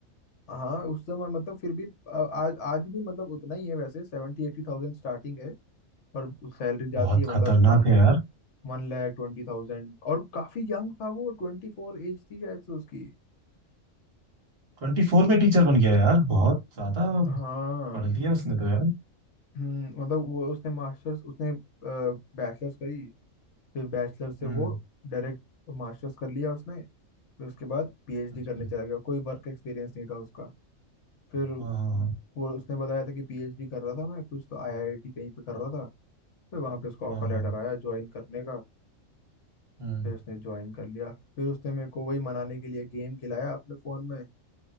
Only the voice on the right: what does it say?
बहुत
खतरनाक
है यार
ट्वेंटी फोर में टीचर बन गया यार बहुत ज्यादा
पढ़ लिया उसने तो यार
हम्म
अच्छा
हाँ हाँ
हाँ
हाँ हाँ
हम्म,